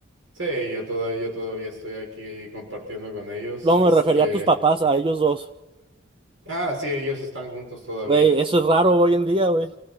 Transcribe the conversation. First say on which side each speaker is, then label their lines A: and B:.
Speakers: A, on the right; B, on the right.
A: Sí, yo todavía, yo todavía estoy aquí compartiendo con ellos.
B: No,
A: Este,
B: me refería a tus papás, a ellos dos.
A: ah, sí, ellos están juntos todavía.
B: Güey,
A: ¿verdad?
B: eso es raro
A: O sea,
B: hoy en día, güey.